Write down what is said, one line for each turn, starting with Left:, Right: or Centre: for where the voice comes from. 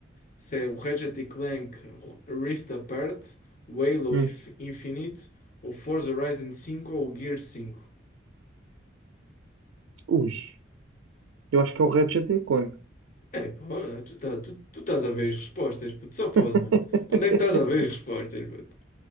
Left: se é o Ratchet e Clank Rift Apart, o Halo
Right: Hum.
Left: Inf- Infinite, o Forza Horizon cinco ou o Gear cinco
Right: Ui, eu acho que é um Ratchet and Clank.
Left: É, pô, tu, tá- tu, tu estás a ver as respostas, puto, só pode,
Right: <laughs>
Left: mano. Onde é que estás a ver as respostas, puto?